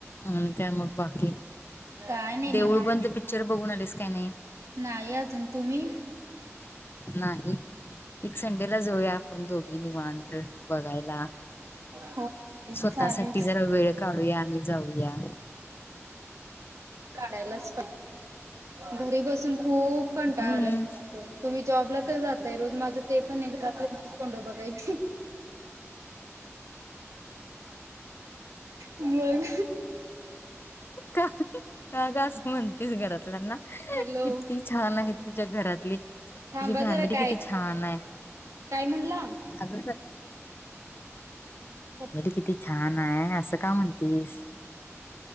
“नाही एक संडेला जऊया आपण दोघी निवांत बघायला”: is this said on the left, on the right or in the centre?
Left